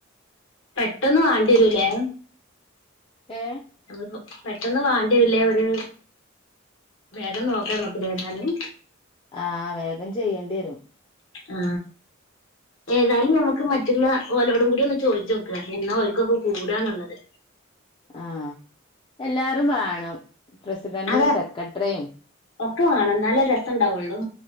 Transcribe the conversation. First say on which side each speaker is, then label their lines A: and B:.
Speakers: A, on the left (about 70°); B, on the left (about 25°).
A: പെട്ടന്ന് വാണ്ടിരുല്ലെ
B: ഏ
A: നമ്മള്പ്പം പെട്ടെന്ന് വാണ്ടിരുല്ലേ ഒര് വേഗം നോക്കാ അമ്മക്ക് ഇതേതാലും
B: ആ വേഗം ചെയ്യേണ്ടിരും
A: ആ ഏതായാലും നമ്മക്ക് മറ്റുള്ള ഓലോടും കൂടിയൊന്ന് ചോയ്ച്ചോക്ക എന്നാ ഓല്ക്കൊക്കെ കൂടാന്ന്ള്ളത്
B: ആ എല്ലാരും വേണം പ്രസിഡന്റും
A: അതെ
B: സെക്രട്ടറിയും
A: ഒക്കെ വേണം ഇന്നാലെ ഒരു രസം ഉണ്ടാവുള്ളൂ